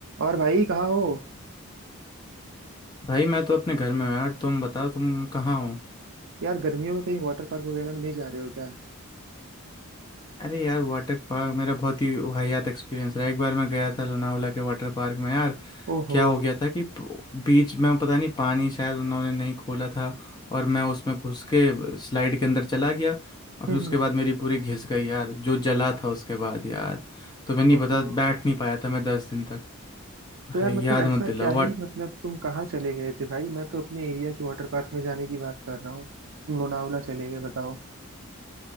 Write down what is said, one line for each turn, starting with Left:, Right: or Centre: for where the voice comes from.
Right: और भाई कहाँ हो
Left: भाई मैं तो अपने घर में हूँ यार तुम बताओ तुम कहाँ हो
Right: यार गर्मियों में कहीं वाटर पार्क वगैरह में नहीं जा रहे हो क्या
Left: अरे यार वाटर पार्क मेरा बहुत ही वाहियात एक्सपीरियंस रहा एक बार मैं गया था लोनावला के वाटर पार्क में यार
Right: ओहो
Left: क्या हो गया था कि प- बीच में पता नहीं पानी शायद उन्होंने नहीं खोला था और मैं उसमें घुस के स्लाइड के अंदर चला गया और फिर
Right: हम्म
Left: उसके
Right: हम्म,
Left: बाद मेरी पूरी घिस गई यार जो जला था उसके बाद यार तो मैं नहीं
Right: ओहो
Left: बता बैठ नहीं पाया था मैं दस दिन तक भाई
Right: तो यार मतलब
Left: याद
Right: ऐसा
Left: मत दिलाओ
Right: क्या ही मतलब तुम कहाँ चले गए थे भाई मैं तो अपने एरिया के वाटर पार्क में जाने की बात कर रहा हूँ तुम लोनावला चले गए बताओ